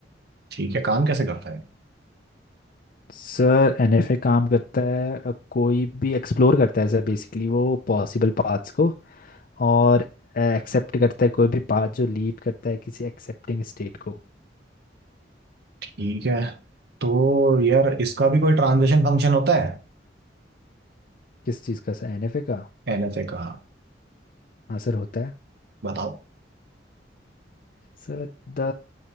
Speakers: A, on the right; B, on the left.
A: ठीक है काम कैसे करता है
B: सर एनएफए काम करता है अ, कोई भी एक्सप्लोर करता है सर बेसिकली वो पॉसिबल पाथ्स को और एक्सेप्ट करता है कोई भी पाथ जो लीड करता है किसी एक्सेप्टिंग स्टेट को
A: ठीक है तो यार इसका भी कोई ट्रांजिशन फंक्शन होता है
B: किस चीज़ का सर एनएफए का
A: एनएफए का हाँ,
B: हाँ सर होता है
A: बताओ
B: सर द